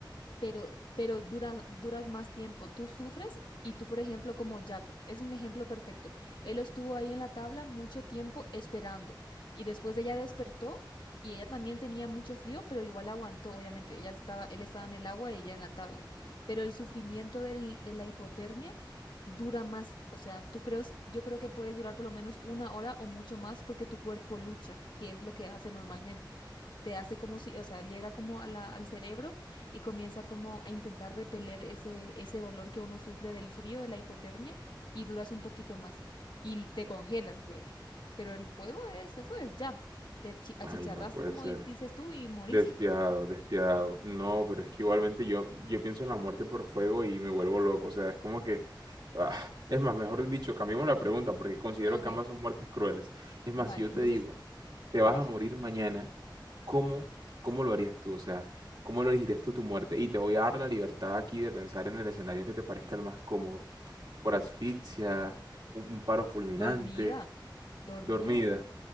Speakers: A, on the left; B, on the right.
A: pero, pero duras, duras más tiempo. Tú sufres y tú, por ejemplo, como Jack, es un ejemplo perfecto. Él estuvo ahí en la tabla mucho tiempo esperando y después ella despertó y ella también tenía mucho frío, pero igual aguantó, obviamente. Ella estaba, él estaba en el agua y ella en la tabla. Pero el sufrimiento del- de la hipotermia dura más, o sea, tú crees, yo creo que puedes durar por lo menos una hora o mucho más porque tu cuerpo lucha, que es lo que hace normalmente. Te hace como si, o sea, llega como a la- al cerebro y comienza como a intentar repeler ese, ese dolor que uno sufre del frío, de la hipotermia, y duras un poquito más y te congelas luego. Pero el fuego es, eso es ya. Te chi- achicharraste,
B: Ay, no puede
A: como
B: ser.
A: di- dices tú, y moriste.
B: Despiadado, despiadado. No, pero es que igualmente yo, yo pienso en la muerte por fuego y me vuelvo loco. O sea, es como que... ah, es más, mejor dicho, cambiemos la pregunta porque considero
A: Ok,
B: que ambas son muertes crueles. Es más,
A: vale.
B: si yo
A: Entonces,
B: te digo, te
A: a
B: vas
A: ver.
B: a morir mañana, ¿cómo, cómo lo harías tú? O sea, ¿cómo lo elegirías tú tu muerte? Y te voy a dar la libertad aquí de pensar en el escenario que te parezca el más cómodo. Por asfixia, un, un paro fulminante,
A: Dormida, dormida.
B: dormida.